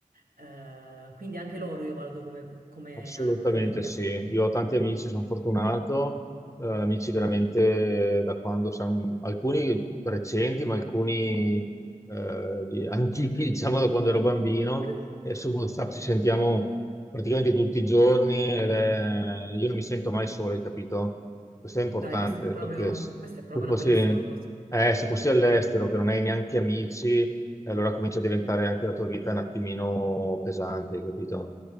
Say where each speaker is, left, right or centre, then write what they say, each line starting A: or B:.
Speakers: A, on the right; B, on the left.
A: eh, quindi anche loro io valuto come, come
B: Assolutamente
A: eh, famiglia.
B: sì, io ho tanti amici, sono fortunato, eh, amici veramente da quando siamo, alcuni recenti, ma alcuni eh, di- antichi, <laughs> diciamo da quando ero bambino,
A: <laughs>
B: e su WhatsApp ci sentiamo praticamente tutti i giorni ed è- io non mi sento mai solo, hai capito? Questo è importante
A: Dai, questa è proprio,
B: perché se
A: questa è proprio
B: tu fossi,
A: una bellissima cosa.
B: eh, se fossi all'estero che non hai neanche amici, allora comincia a diventare anche la tua vita un attimino pesante, hai capito?